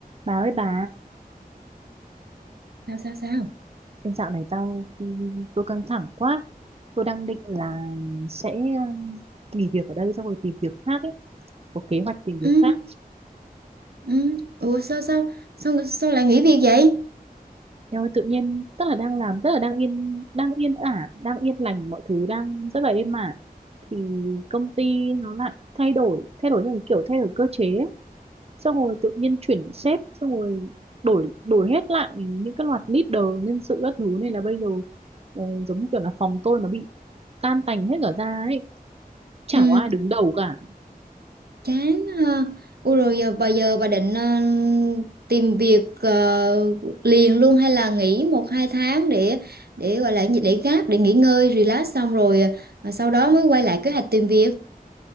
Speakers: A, on the right; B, on the right.
A: Bà ơi bà,
B: sao sao sao
A: em dạo này tao tôi căng thẳng quá. Tôi đang định là sẽ um, nghỉ việc ở đây xong rồi tìm việc khác ấy, có kế hoạch tìm việc
B: ừ
A: khác.
B: ừ ủa sao sao sao sao lại nghỉ việc vậy
A: Em ơi tự nhiên tức là đang làm rất là đang yên đang yên ả, đang yên lành mọi thứ đang rất là êm ả thì công ty nó lại thay đổi, thay đổi theo cái kiểu thay đổi cơ chế ấy. Xong rồi tự nhiên chuyển sếp xong rồi đổi đổi hết lại những cái loạt leader nhân sự các thứ nên là bây giờ ờ, giống như kiểu là phòng tôi nó bị tan tành hết cả ra ấy chả
B: ừ
A: có ai đứng đầu cả
B: chán ha. ủa rồi giờ bà giờ bà định ờ, tìm việc ờ, liền luôn hay là nghỉ một hai tháng để để gọi là gì, để gáp để nghỉ ngơi relax xong rồi ờ, sau đó mới quay lại kế hoạch tìm việc